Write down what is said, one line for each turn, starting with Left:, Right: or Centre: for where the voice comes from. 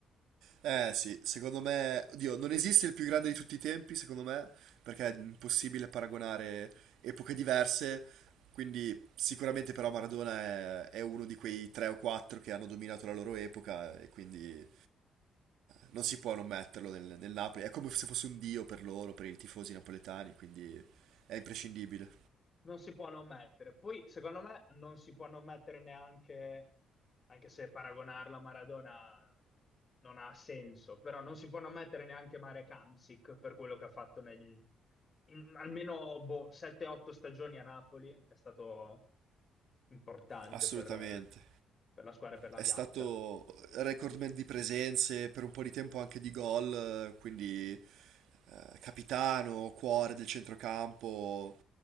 Right: Eh sì, secondo me, oddio, non esiste il più grande di tutti i tempi, secondo me, perché è impossibile paragonare epoche diverse, quindi sicuramente però Maradona è, è uno di quei tre o quattro che hanno dominato la loro epoca e quindi eh, non si può non metterlo nel, nel Napoli, è come se fosse un dio per loro, per i tifosi napoletani, quindi è imprescindibile,
Left: Non si può non mettere. Poi, secondo me, non si può non mettere neanche, anche se paragonarlo a Maradona non ha senso, però non si può non mettere neanche Marek Hamsik per quello che ha fatto negli, in almeno boh, 7-8 stagioni a Napoli. È stato importante
Right: assolutamente.
Left: per, eh, per la squadra e per la
Right: È
Left: piazza.
Right: stato recordman di presenze, per un po' di tempo anche di gol, eh, quindi eh, capitano, cuore del centrocampo.